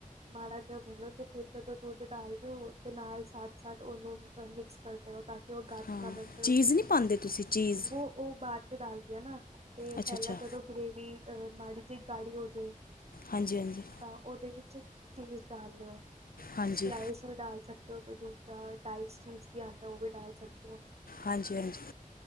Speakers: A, on the right; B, on the left.
A: ਮਾੜਾ ਜੇਆ ਪੂਣੀਔ, ਤੇ ਫਿਰ ਜਦੋਂ ਦੁੱਧ ਡਾਲ ਦੇ ਔ, ਤੇ ਨਾਲ ਸਾਥ-ਸਾਥ ਉਅਨੂੰ ਅ ਮਿਕਸ ਕਰਦੇ ਰੋ, ਤਾਂਕਿ ਔਹ ਗਾਠ
B: ਹਾਂ
A: ਨਾ ਬਣਜੇ
B: ਚੀਜ਼
A: ਔਦੇ ਵਿੱਚ,
B: ਨਹੀਂ ਪਾਉਂਦੇ ਤੁਸੀਂ ਚੀਜ਼
A: ਵੋ ਔਹ ਬਾਅਦ ਚ ਡਾਲਦੀ ਆ ਨਾ। ਤੇ
B: ਅੱਛਾ
A: ਪੈਲਾਂ
B: ਅੱਛਾ
A: ਜਦੋਂ ਗਰੇਵੀ, ਅਹ ਮਾੜੀ ਜੀ ਗਾੜੀ ਹੋ ਜੇ
B: ਹਾਂਜੀ-ਹਾਂਜੀ।
A: ਤਾਂ ਉਅਦੇ ਵਿੱਚ ਚੀਜ਼ ਡਾਲ ਲਓ,
B: ਹਾਂਜੀ
A: ਸਲਾਈਸ ਔ ਵੀ ਡਾਲ ਸਕਦੇ ਹੋ, ਤੇ ਦੂਜਾ ਡਾਇਸਡ ਚੀਜ਼ ਵੀ ਆਂਦਾ, ਉਹ ਵੀ ਡਾਲ ਸਕਦੇ ਔ।
B: ਹਾਂਜੀ-ਹਾਂਜੀ।